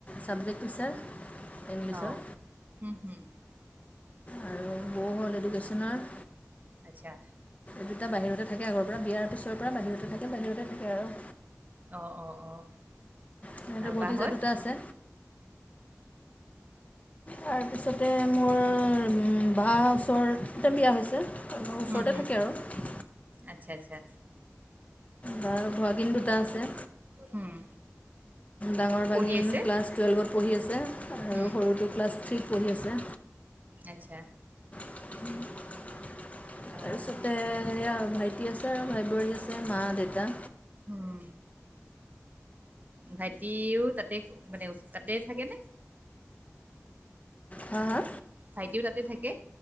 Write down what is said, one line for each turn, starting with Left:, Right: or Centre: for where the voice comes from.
Left: চাবজেক্ট টিচাৰ। ইংলিছৰ
Right: অ' উম হম।
Left: আৰু বৌ হ'ল এডুকেশ্যনৰ
Right: আটচ্ছা।
Left: দুটা বাহিৰতে থাকে আগৰ পৰা বিয়াৰ পিছৰ পৰা বাহিৰতে থাকে বাহিৰতে থাকে আৰু।
Right: অঁ অঁ অঁ,
Left: সিহঁতৰ
Right: আৰু
Left: ভতিজা
Right: বা হঁত?
Left: দুটা আছে তাৰপিছতে মোৰ বা ওচৰতে বিয়া হৈছে। ওচৰতে
Right: হুম হুম
Left: থাকে আৰু।
Right: আচ্ছা আচ্ছা।
Left: বাৰ ভাগিন দুটা আছে।
Right: হুম
Left: ডাঙৰ
Right: পঢ়ি
Left: ভাগিন
Right: আছে?
Left: ক্লাছ টুৱেলভত পঢ়ি আছে আৰু
Right: হুম।
Left: সৰুটো ক্লাছ থ্ৰীত পঢ়ি আছে।
Right: আচ্ছা।
Left: <inaudible>
Right: অঁ
Left: তাৰপিছতে সেয়া ভাইটি আছে আৰু ভাই বোৱাৰী আছে মা-দেতা।
Right: অঁ। ভাইটিও তাতে মানে তাতে থাকে নে?
Left: হা হা?
Right: ভাইটিও তাতে থাকে।